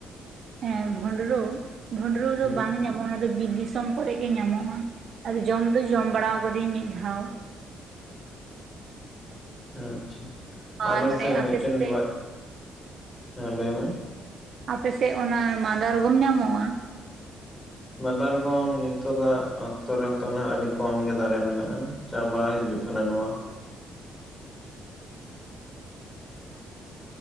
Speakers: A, on the right (about 55°); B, on the left (about 15°).
A: ᱦᱮᱸ ᱵᱷᱩᱸᱰᱨᱩ ᱵᱷᱩᱸᱰᱨᱩ
B: ᱦᱩᱸ
A: ᱫᱚ ᱵᱟᱝ ᱧᱟᱢᱚᱜᱼᱟ ᱚᱱᱟ ᱫᱚ ᱵᱤᱨ ᱫᱤᱥᱚᱢ ᱠᱚᱨᱮ ᱜᱮ ᱧᱟᱢᱚᱜᱼᱟ ᱟᱨ ᱡᱚᱢ ᱫᱚ ᱡᱚᱢ ᱵᱟᱲᱟ ᱟᱠᱟᱫᱟᱹᱧ ᱢᱤᱫ ᱫᱷᱟᱣ
B: ᱟᱪᱪᱷᱟ
A: ᱟᱨ
B: ᱟᱞᱥᱮ
A: ᱚᱱᱮ
B: ᱢᱤᱫᱴᱮᱱ
A: ᱟᱯᱮ
B: <unintelligible>
A: ᱥᱮᱫ
B: ᱞᱟᱹᱭ ᱢᱮ
A: ᱟᱯᱮᱥᱮᱫ ᱚᱱᱟ ᱢᱟᱫᱟᱨᱜᱚᱢ ᱧᱟᱢᱚᱜᱼᱟ
B: ᱢᱟᱫᱟᱨᱜᱚᱢ ᱱᱤᱛᱚᱜᱟᱻᱜ ᱚᱠᱛᱚ ᱨᱮᱫᱚ ᱱᱟᱜ ᱟᱹᱰᱤ ᱠᱚᱢ ᱜᱮ ᱫᱟᱨᱮ ᱢᱮᱱᱟᱜᱼᱟ ᱪᱟᱵᱟ ᱦᱤᱡᱩᱜ ᱠᱟᱱᱟ ᱱᱚᱣᱟ ᱦᱚᱸ